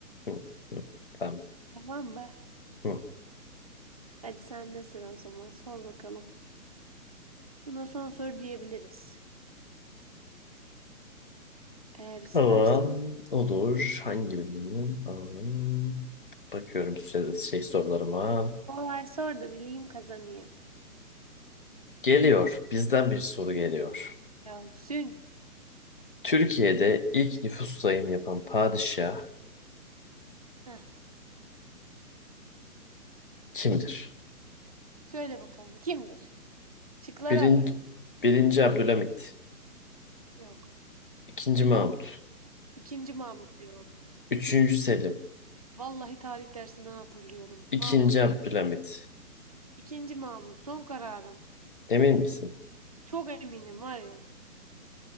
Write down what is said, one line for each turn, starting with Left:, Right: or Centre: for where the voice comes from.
Left: Hı, hı, Tamam.
Right: Tamam mı?
Left: Hı.
Right: Hadi sen de sıra o zaman. Sor bakalım. Buna son soru diyebiliriz. Eğer istersen.
Left: Tamam. Olur. Hangi birinin? Tamam. Bakıyorum size şey sorularıma.
Right: Kolay sor da bileyim kazanayım.
Left: Geliyor. Bizden bir soru geliyor.
Right: Yasin.
Left: Türkiye'de ilk nüfus sayımı yapan padişah
Right: Heh.
Left: kimdir?
Right: Söyle bakalım kimdir? Şıkları
Left: Birinci,
Right: alayım.
Left: birinci Abdülhamit.
Right: Yok.
Left: ikinci Mahmut.
Right: İkinci Mahmut cevap.
Left: Üçüncü Selim.
Right: Vallahi tarih dersinden hatırlıyorum.
Left: ikinci
Right: Mahmut.
Left: Abdülhamit.
Right: İkinci Mahmut. Son kararım.
Left: Emin misin?
Right: Çok eminim var ya.